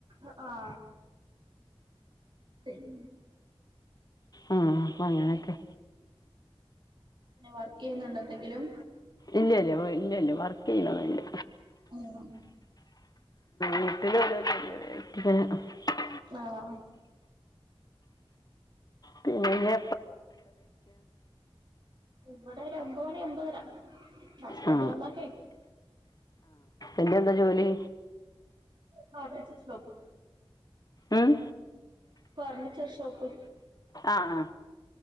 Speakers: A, on the right; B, on the left.
A: അ ആ ഉം
B: ഉം അങ്ങനൊക്കെ
A: പിന്നെ വർക്ക് ചെയ്യുന്നുണ്ടോ എന്തെങ്കിലും
B: ഇല്ല ഇല്ല ഇല്ല ഇല്ല വർ ക്കെയ്യണൊന്നുല്ല
A: ഉം
B: വീട്ടില് ഓരോ ജോലികള് <unintelligible>
A: ആഹ്
B: പിന്നെ
A: ഇവിടെ ഒരു ഒമ്പ മണി ഒമ്പതര ഹസ്ബൻഡ്
B: ആ
A: വന്ന കഴിക്കും
B: എന്റെ എന്താ ജോലി
A: ഫർണീച്ചർഷോപ്പ്
B: ഉം?
A: ഫർണിച്ചർ ഷോപ്പ്
B: ആഹ ആഹ